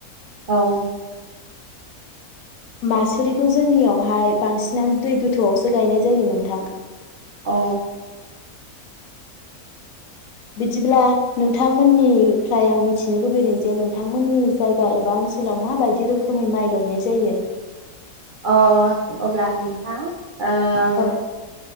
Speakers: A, on the right; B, on the left.
A: औ
B: मासुरिखौ जोंनियावहाय बांसिनानो दै गोथौआवसो गायनाय जायो नोंथां
A: अ
B: बिदिब्ला नोंथांमोननिफ्राय आं मिथिनो लुगैदों जे नोंथांमोननि जायगा एबा ओनसोलाव माबायदि रोखोमै माइ गायनाय जायो
A: अ अब्ला नोंथां ओम
B: औ